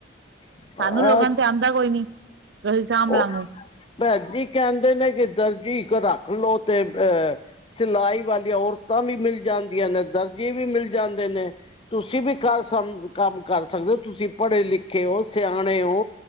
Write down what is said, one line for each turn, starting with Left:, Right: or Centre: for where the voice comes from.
Left: ਅਹ
Right: ਸਾਨੂੰ ਲੋਕਾਂ ਤੇ ਆਦਾ ਕੋਈ ਨੀ। ਤੇ ਅਸੀਂ ਸਾਂਭ
Left: ਉਹ
Right: ਲਾਂਗੇ
Left: ਭੈਜੀ ਕਹਿੰਦੇ ਨੇ ਕੇ ਦਰਜੀ ਇੱਕ ਰੱਖ ਲਓ ਤੇ ਅਹ, ਸਿਲਾਈ ਵਾਲੀਆਂ ਔਰਤਾਂ ਵੀ ਮਿਲ ਜਾਂਦੀਆਂ ਨੇ ਦਰਜੀੇ ਵੀ ਮਿਲ ਜਾਂਦੇ ਨੇ ਤੁਸੀਂ ਵੀ ਘਰ ਸਮ ਕੰਮ ਕਰ ਸਕਦੇ, ਹੋ ਤੁਸੀਂ ਪੜ੍ਹੇ ਲਿਖੇ ਓ ਸਿਆਣੇ ਓ।